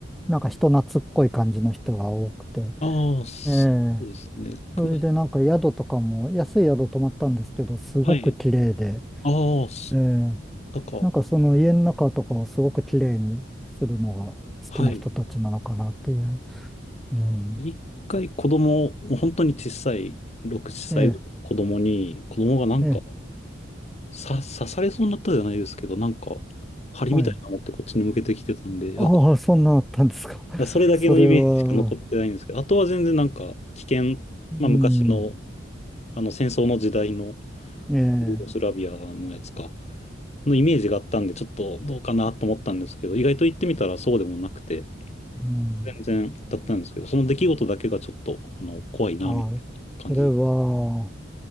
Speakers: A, in the centre; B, on the left (about 35°).
A: なんか人懐っこい感じの人が多くて。
B: ああ、そうですね。
A: ええそれでなんか宿とかも、
B: く
A: 安い宿泊まったんですけど、すごく綺麗で、
B: はい。ああ、そう、
A: ええ
B: だから、
A: なんかその家の中とかをすごく綺麗にするのが好きな人たちなのかなという。
B: はい。
A: うん。
B: 一回子供を、本当に小さい、6、7歳ぐらいの子供に、
A: ええ
B: 子供がなんか、
A: ええ
B: さ、刺されそうになったじゃないですけど、なんか、針みたいなの持ってこっちに向けてきてたんで、
A: はい。ああ、
B: あ、こ
A: そんなあったんですか。
B: それだけのイメージしか残ってないんですけど、
A: <laughs> それは、
B: あとは全然なんか、危険、
A: うん、
B: まあ昔の、あの戦争の時代の、
A: ええ、
B: ユーゴスラビアのやつか、のイメージがあったんで、ちょっとどうかなと思ったんですけど、意外と言ってみたらそうでもなくて、
A: うん、
B: 全然だったんですけど、その出来事だけがちょっと、あの、怖いな、
A: はい。
B: みたいな感じで。
A: それは、